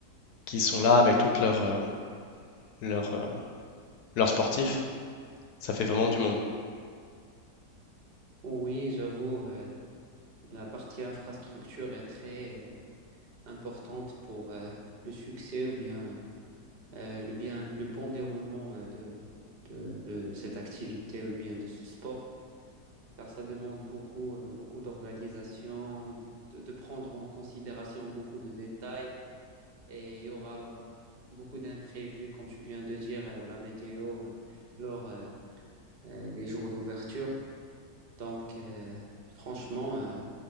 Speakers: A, on the left; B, on the right.
A: qui sont là avec toutes leurs euh, leurs euh, leurs sportifs. Ça fait vraiment du monde.
B: Oui, j'avoue, euh, la partie infrastructure est très euh, importante pour euh, le succès ou bien euh, le, bien, le bon déroulement euh, de, de, de cette activité ou bien de ce sport, car ça demande beaucoup, euh, beaucoup d'organisation, de, de prendre en considération beaucoup de détails et il y aura beaucoup d'imprévus, comme tu viens de dire, euh, la météo euh, lors euh, euh, des jours d'ouverture. Donc, euh, franchement, euh,